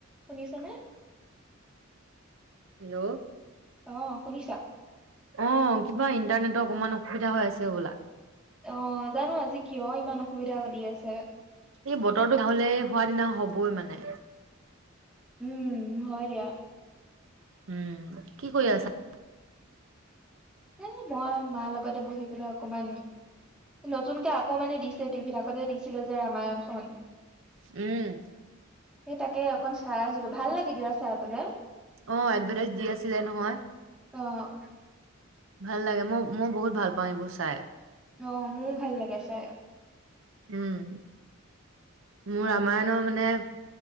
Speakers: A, in the centre; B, on the right (about 65°).
A: শুনিছনে
B: হেল্ল'
A: আহ শুনিছা
B: অ কিবা ইণ্টাৰনেটৰ অকমান অসুবিধা হৈ আছে বোলা
A: অ জানো আজি কিয় ইমান অসুবিধা দি আছে
B: এই বতৰটো হলে সোৱাদিনা হবই মানে
A: উম হয় দিয়া
B: উম কি কৰি আছা?
A: এ মই মাৰ লগতে বহি পেলাই অকমান নতুনকে আকৌ মানে দিছে টিভিত আগতে দিছিলো যে ৰামায়ণ খন
B: উম
A: সেই তাকে অকণ চাই আছিলো ভাল লাগে দিয়া চাই পেলাই
B: অ এডভাৰটাইজ দি আছিলে নহয়
A: অ'
B: ভাল লাগে মই মই বহুত ভাল পাওঁ এইবোৰ চাই
A: অ মোৰো ভাল লাগে চাই
B: উম মোৰ ৰামায়ণৰ মানে